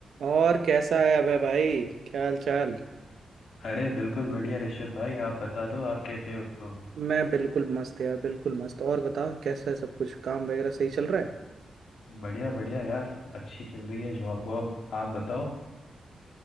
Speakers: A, on the right (about 65°); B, on the left (about 85°).
A: और कैसा है अबे भाई क्या हाल चाल
B: अरे बिल्कुल बढ़िया ऋषभ भाई आप बता दो आप कैसे हो
A: मैं बिल्कुल मस्त यार बिल्कुल मस्त और बता कैसा है सब कुछ काम वगैरह सही चल रहा है
B: बढ़िया बढ़िया यार अच्छी चल रही है जॉब वॉब आप बताओ